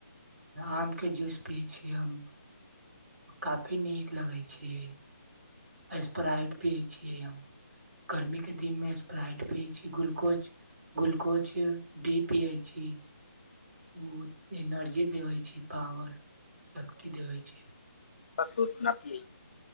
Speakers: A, on the right (about 55°); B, on the left (about 45°).
A: आमके जूस पियै छीय हम काफी नीक लगै छै स्प्राइट पियै छियै हम गर्मीके दिनमे स्प्राइट पियै छी ग्लुकोज ग्लुकोज डी पियै छी ओ एनर्जी देबै छी पावर शक्ति देबै छै
B: सतू न पिय